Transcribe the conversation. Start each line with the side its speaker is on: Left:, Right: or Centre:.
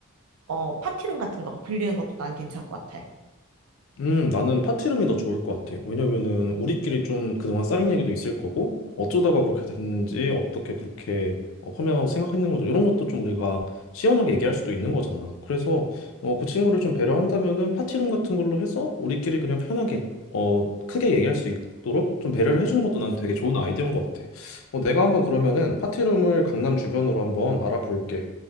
Right: 어, 파티룸 같은 거 빌리는 것도 난 괜찮을 것 같아.
Left: 음, 나는 파티룸이 더 좋을 것 같아. 왜냐면은 우리끼리 좀 그동안 쌓인 얘기도 있을 거고, 어쩌다가 그렇게 됐는지, 어떻게 그렇게 어, 펌웨어하고 생각했는 거죠. 이런 것도 좀 우리가 시원하게 얘기할 수도 있는 거잖아. 그래서 어, 그 친구를 좀 배려한다면은 파티룸 같은 걸로 해서 우리끼리 그냥 편하게 어, 크게 얘기할 수 있도록 좀 배려를 해주는 것도 난 되게 좋은 아이디어인 것 같아. 어, 내가 한번 그러면은 파티룸을 강남 주변으로 한번 알아볼게.